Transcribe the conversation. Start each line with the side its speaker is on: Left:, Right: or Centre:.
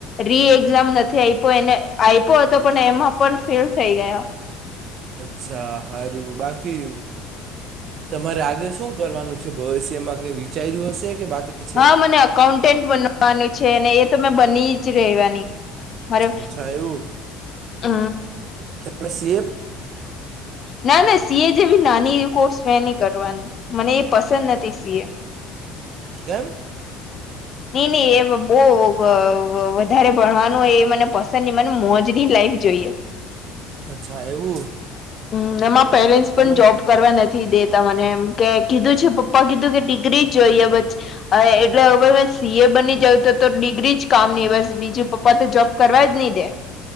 Left: રી એક્ઝામ નથી આપ્યો. એને આપ્યો હતો પણ એમાં પણ ફેલ થઈ ગયો.
Right: અચ્છા, હારું. બાકી તમારે આગળ શું કરવાનું છે? ભવિષ્યમાં કઈ વિચાર્યું હશે કે બાકી? છે
Left: હહ મને અકાઉન્ટેન બનવાનું છે ને એ તો મેં બની જ રેવાની. મારો
Right: અચ્છા એવું
Left: અ
Right: તમે સીએ
Left: ના ના સીએ જેવી નાની એવી કોર્સ મેં ની કરવાની. મને એ પસંદ નથી સીએ.
Right: કેમ?
Left: નહીં નહીં એ બોવ વધારે ભણવાનું હોય એ મને પસંદ ની મને મોજની લાઈફ જોઈએ.
Right: અચ્છા એવું?
Left: હમ્મ એમાં પેરેન્ટ્સ
Right: તમે
Left: પણ જોબ કરવા નથ થી દેતા મને એમ કે કીધું છે પપ્પા કીધું કે ડિગ્રી જ જોઈએ <inaudible> હા એટલે હવે વે જ સીએ બની જાવું તો તો ડિગ્રી જ કામની બસ બીજું પપ્પા તો જોબ કરવા જ ની દે.